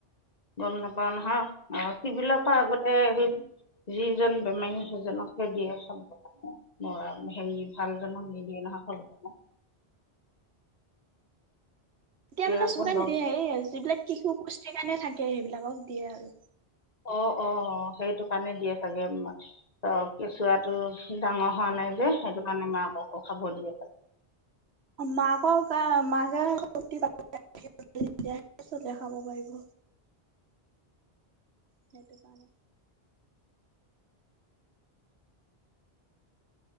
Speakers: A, on the left; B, on the right.
A: গম নাপাও নহয় আহ চিবিলৰ পৰা আগতে সেই যিজন বেমাৰী সজনক সে দিয়ে খাব ম হেৰি ভাল জ নহ মিয়ে নহয় খ
B: এতিয়া মানে
A: আকৌ
B: চানেিয়ে
A: লগ
B: সে যিবিলাক শিশু পুষ্টিৰ কাৰণে থাকে সেইবিলাকক দিয়ে আৰু
A: অ অ সেইটো কাৰণে দিয়ে চাগে ত কেঁচুৱ টো ডাঙৰ হোৱা নাই যে সেইটো কাৰণে মাককো খাবৰ দিয়ে খে
B: মাকৰ মাকে চল <unintelligible> দেখাব পাৰিব
A: <unintelligible>
B: সেইটো কাৰণে